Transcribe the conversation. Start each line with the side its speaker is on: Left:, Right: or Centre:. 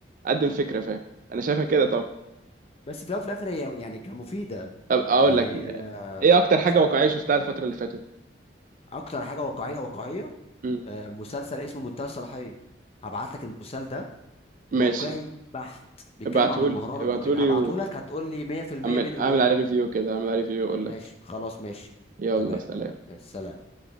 Right: قدم فكره فاهم انا شايفها كده طبعا
Left: بس في الأول وفي الآخر هي يعني كمفيدة
Right: طب أب- اقول
Left: يعني
Right: لك
Left: هي-
Right: آه،
Left: آه،
Right: ايه اكتر حاجه
Left: مش عارف
Right: واقعيه شفتها الفتره اللي فاتت
Left: أكتر حاجة واقعية واقعية
Right: مم.
Left: آه، مسلسل اسمه منتهى الصلاحية هبعت لك المسلسل ده واقعي
Right: ماشي
Left: بحت بيتكلم
Right: ابعتهولي
Left: عن المهارات
Right: ابعتهولي
Left: وكده هبعته لك هتقول لي 100%
Right: واعمل
Left: بين الواقع
Right: اعمل عليه ريفيو كده اعمل عليه ريفيو اقول
Left: ماشي
Right: لك
Left: خلاص ماشي
Right: يلا
Left: تمام
Right: سلام
Left: سلام